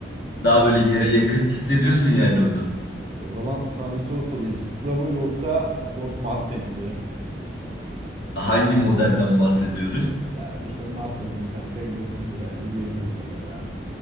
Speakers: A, on the left (about 60°); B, on the right (about 35°).
A: Daha böyle yere yakın hissediyorsun yani onu.
B: O zaman sana bir soru sorayım. Supra mı yoksa Ford Mustang mi?
A: Hangi modelden bahsediyoruz?
B: Ya işte Mustang'in kanka 59 modelleri diyebiliriz mesela.